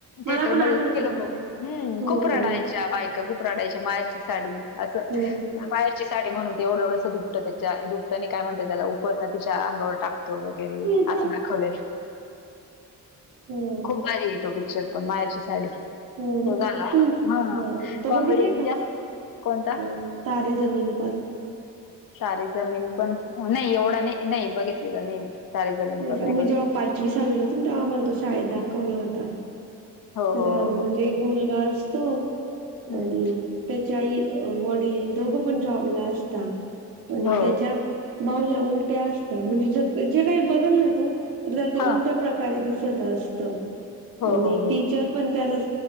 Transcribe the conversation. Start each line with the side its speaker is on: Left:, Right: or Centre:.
Right: मला
Left: थिएटरमध्ये
Right: पण आठवतं
Left: इतके लोकं,
Right: ना
Left: हम्म,
Right: हो
Left: खूप
Right: हो
Left: रडायच्या बाईकाऽ का खुप रडायच्या, माहेरची साडी अस,
Right: हो
Left: मायेरचीऽ साडी म्हणून ते एवढं एवढंस दुपतं त्याच्या, दुपटं आणि काय म्हणतात त्याला, उपर न तिच्या अंगावर टाकऽ तो वगैरे,
Right: हो.
Left: असं दाखवले,
Right: हो
Left: खूप भारी आहे तो पिक्चर. पण मायेरची साडी.
Right: हो
Left: तो
Right: ना,
Left: झाला
Right: तू ह,
Left: हा
Right: तो
Left: कॉमेडी
Right: बघितलाय
Left: म्हणजे
Right: का?
Left: असं कोणता?
Right: अ तारे जमीन पर.
Left: तारे जमीन पर,,, नाही, एवढा नाही नाही बघितलेला नाही मी. तारे जमीन
Right: नाही
Left: पण
Right: का, मी
Left: बघितलेला.
Right: जेव्हा पाचवी सावीला होते, न तेव्हा आम्हाला तो शाळेत दाखवला होता.
Left: हो
Right: तर,
Left: हो
Right: म्हणजे
Left: हो हो
Right: एक मुलगा असतो,
Left: हम्म
Right: आणि त्याच्या आई वडील. दोघं पण जॉबला असतात, आणि
Left: हो
Right: त्यांच्या- बाऊल्या उलट्या असता म्हणजे ज जे काही बघल ना तो, तर त्याला ते
Left: हा
Right: उलट्या प्रकारे दिसत. दिसतं असत,
Left: हो
Right: आणि-
Left: हो हो
Right: टिचर पण त्याला,